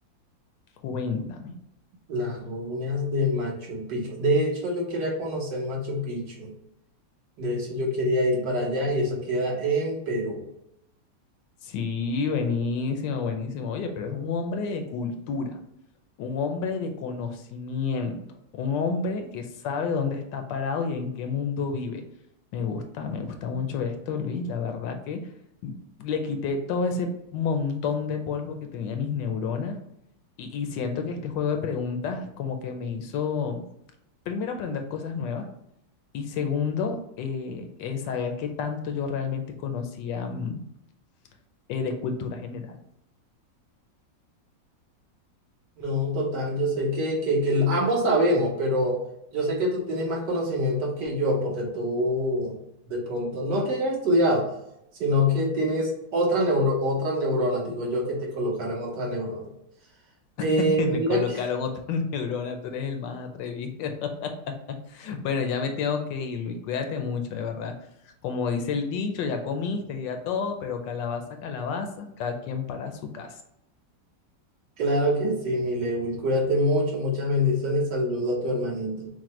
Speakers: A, on the left (about 75°); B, on the right (about 70°).
A: Cuéntame.
B: Las ruinas de Machu Picchu. De hecho, yo quería conocer Machu Picchu. De hecho, yo quería ir para allá y eso queda en Perú.
A: Sí, buenísimo, buenísimo. Oye, pero es un hombre de cultura, un hombre de conocimiento, un hombre que sabe dónde está parado y en qué mundo vive. Me gusta, me gusta mucho esto, Luis. La verdad que le quité todo ese montón de polvo que tenía mis neuronas y, y siento que este juego de preguntas como que me hizo, primero, aprender cosas nuevas y segundo, eh, eh, saber qué tanto yo realmente conocía mm, eh, de cultura general.
B: No, total, yo sé que, que, que ambos sabemos, pero yo sé que tú tienes más conocimientos que yo, porque tú de pronto, no que hayas estudiado, sino que tienes otra, neuro, otra neurona, digo yo que te colocaron otra neurona. Eh,
A: <laughs> Me
B: mira,
A: colocaron
B: <laughs> que-
A: otra <laughs> neurona, tú eres el más atrevido. <laughs> Bueno, ya me tengo que ir, Luis, cuídate mucho, de verdad. Como dice el dicho, ya comiste, ya todo, pero calabaza, calabaza, cada quien para su casa.
B: claro que sí, mi Lewin, cuídate mucho, muchas bendiciones, saludo a tu hermanito.